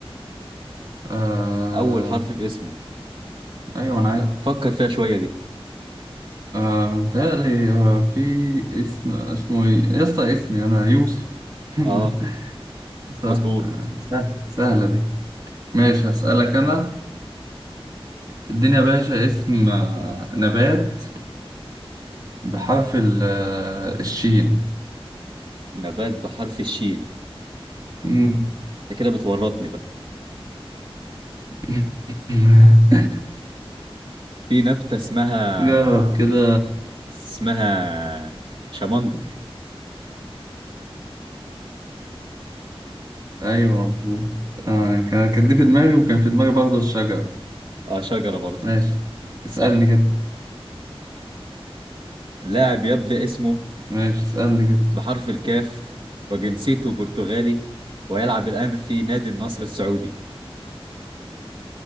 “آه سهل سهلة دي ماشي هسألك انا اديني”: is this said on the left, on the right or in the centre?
Right